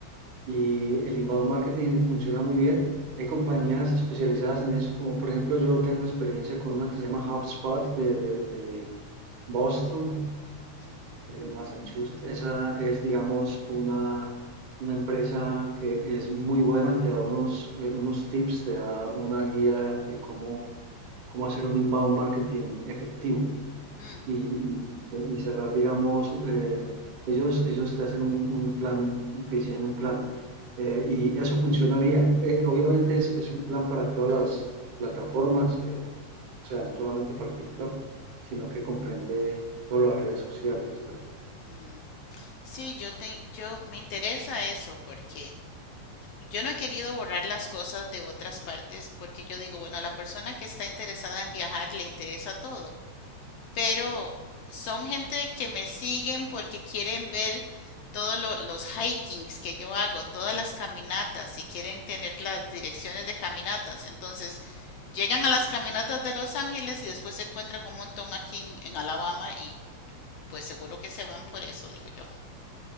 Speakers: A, on the right; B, on the left.
A: Y el inbound marketing funciona muy bien. Hay compañías especializadas en eso, como por ejemplo yo tengo experiencia con una que se llama HubSpot de, de de Boston
B: Ujú.
A: El Massachusetts, esa es, digamos, una, una empresa que es muy buena, te da unos, eh, unos tips, te da una guía de cómo, cómo hacer un inbound marketing efectivo
B: Mm,
A: y, y- y cerrar, digamos, eh, ellos, ellos te hacen un, un plan, te diseñan un plan. eh, y eso funciona bien. Eh, obviamente es, es un plan para todas las plataformas, eh, o sea, no solamente para TikTok, sino que comprende todas las redes sociales, ¿cierto?
B: mm. Sí, yo, te, yo me interesa eso porque yo no he querido borrar las cosas de otras partes porque yo digo, bueno, a la persona que está interesada en viajar le interesa todo. pero son gente que me siguen porque quieren ver todos lo- los hikings que yo hago, todas las caminatas y quieren tener las direcciones de caminatas. Entonces, llegan a las caminatas de Los Ángeles y después se encuentran un montón aquí en, en Alabama y pues seguro que se van por eso, digo yo.